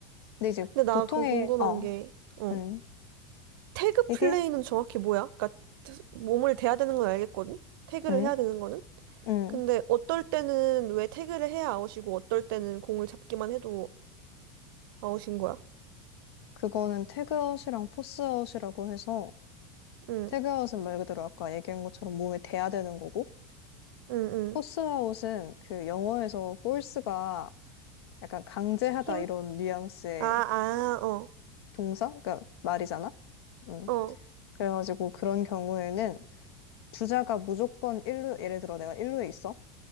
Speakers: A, on the left; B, on the right.
A: 근데 이제
B: 근데 나
A: 보통의,
B: 그럼 궁금한
A: 어,
B: 게 어.
A: 음.
B: 태그
A: 이게,
B: 플레이는 정확히 뭐야? 그러니까 몸을 대야 되는 건 알겠거든? 태그를
A: 음,
B: 해야 되는 거는?
A: 음.
B: 근데 어떨 때는 왜 태그를 해야 아웃이고 어떨 때는 공을 잡기만 해도 아웃인 거야?
A: 그거는 태그아웃이랑 포스아웃이라고 해서
B: 응,
A: 태그아웃은 말 그대로 아까 얘기한 것처럼 몸에 대야 되는 거고
B: 응, 응.
A: 포스아웃은 그 영어에서 force가 약간 강제하다
B: 힘?
A: 이런 뉘앙스의
B: 아, 아, 어,
A: 동사? 그러니까 말이잖아. 음.
B: 어,
A: 그래가지고 그런 경우에는 주자가 무조건 일루 예를 들어 내가 일루에 있어.